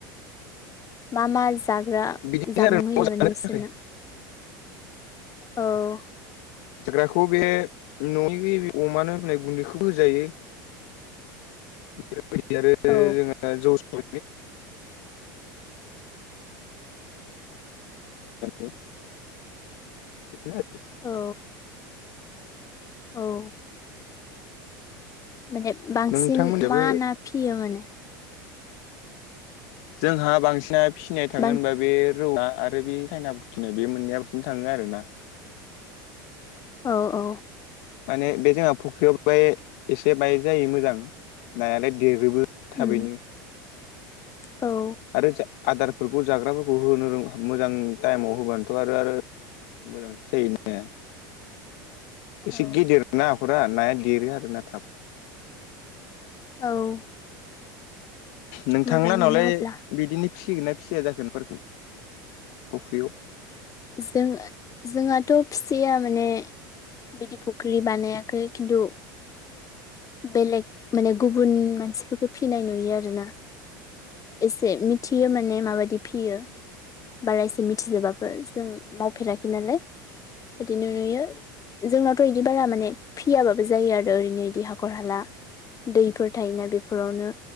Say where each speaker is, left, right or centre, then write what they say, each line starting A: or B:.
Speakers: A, on the left; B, on the left.
A: मा मा जाग्रा
B: बिदिनो
A: जामुं
B: आरो न'आव
A: होयो
B: जानो
A: माने बिसोरनो
B: थाखाय
A: औ
B: जाग्राखौ बे न'नि अमानो होननाय गुन्दैखौबो होजायो बेफोरबायदि आरो
A: औ
B: जोंहा जौ स <unintelligible> <unintelligible> <unintelligible>
A: औ औ माने बांसिन
B: नोंथांमोनहाबो
A: मा ना फियो माने
B: जोंहा बांसिना फिसिनाय थांङो
A: बां
B: होनबा बे रौआ आरो बे खाइना बुथिनाय बे मोनैया बांसिन थाङो आरोना
A: औ औ
B: माने बे जोंहा फुख्रियाव बे एसे बाय जायो मोजां नायालाय देरोबो थाबैनो
A: उम औ
B: आरो आदारफोरखौ जाग्राफोरखौ होनो रों मोजां टाइमाव होबानोथ' आरो आरो <unintelligible> एसे
A: औ
B: गिदिर ना हाखरा नाया देरो आरो ना थाब
A: औ
B: नोंथां
A: मोजाङानो
B: लानावलाय
A: अब्ला
B: बिदिनो फिसिगोन ना फिसिया जाखोनफोरखौ फख्रियाव
A: जों जोंहाथ' फिसिया माने बिदि फुख्रि बानायाखै खिन्थु बेलेग माने गुबुन मानसिफोरखौ फिनाय नुयो आरो ना एसे मिथियो माने माबायदि फियो बारा एसे मिथिजोबाबो जों मावफेराखै नालाय बिदिनो नुयो जोंनावथ' बिदि बारा माने फियाबाबो जायो आरो ओरैनो इदि हाखर हाला दैफोर थायोना बे बेफोरावनो